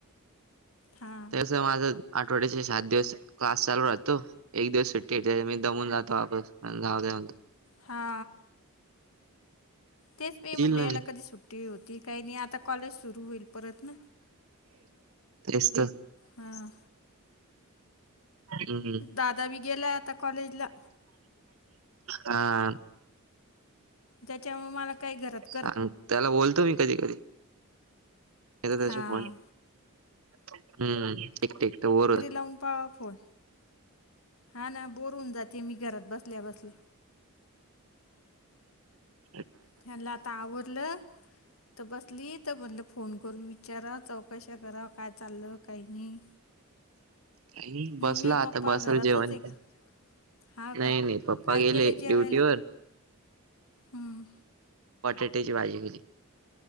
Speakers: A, on the left (about 70°); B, on the right (about 70°).
A: हां
B: तस माझ आठवड्याचे सात दिवस क्लास चालू राहतो एक दिवस सुट मी दमून जातो आपसावऊणतो
A: हा तेच मी म्हणले
B: येईल ना
A: याला कधी सुट्टी होती काही नाही आता कॉलेज सुरू होईल परत ना
B: तेच तर
A: हां
B: हम्म.
A: दादा बी गेलाय आता कॉलेजला
B: हह
A: त्याच्यामुळे मला काही गरात
B: सांग त्याला बोलतो मी कधी कधी त्या
A: हां
B: फोन हम्म एकटे एकट वर
A: जाण पा होय हा ना बोरून जाते मी घरात बसल्या बसले
B: क
A: ठथेला तावरत तर बसली तर म्हध फोन करून विचार चौक करा काय चाललं काही नाही
B: काही
A: मम्मी
B: बसला आता
A: पप्पा
B: बसल
A: घरातच
B: जेवण
A: आहे का
B: काय
A: हा
B: नाही
A: का
B: नाही पप्पा
A: काय
B: गेले
A: केलंय जेवायला
B: ड्युटीवर
A: हं,
B: पटेट्याची भाजी केेली